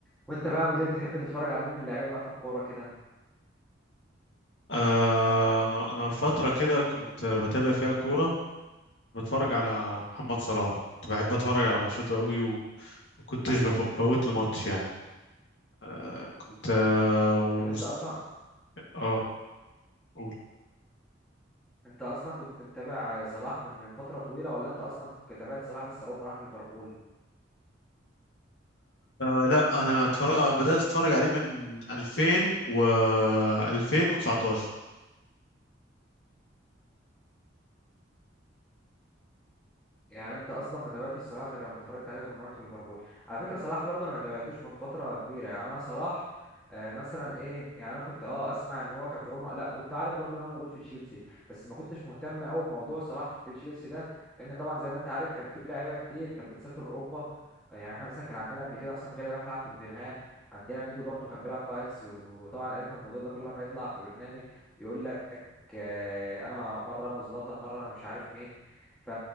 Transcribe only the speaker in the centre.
وانت بقى مدير بتحب تتفرج على مين من اللعيبه بقى في الكوره كده
طب انت اصلا
انت اصلا كنت متابع صلاح من من فتره طويله ولا انت اصلا تابعت صلاح بس اول ما راح ليفربول
يعني انت اصلا ما تابعتش صلاح غير لما اتفرجت عليه غير مرات في ليفربول على فكره صلاح برضه انا ما تابعتوش من فتره كبيره يعني انا صلاح آه مثلا ايه يعني انا كنت اه اسمع ان هو كان في روما لا كنت عارف برضه ان هو موجود في تشيلسي بس ما كنتش مهتم قوي بموضوع صلاح في تشيلسي ده لان طبعا زي ما انت عارف كان في لعيبه كتير كانت بتسافر اوروبا آه، يعني احنا مثلا كان عندنا قبل كده حسام غالي راح لعب في توتنهام عندنا ميدو برضه كان بيلعب في اياكس و- وطبعا عرفنا الموضوع ده كل ما يطلع في برنامج يقول لك آه، انا مره انا وزلاتان مره انا مش عارف مين ف...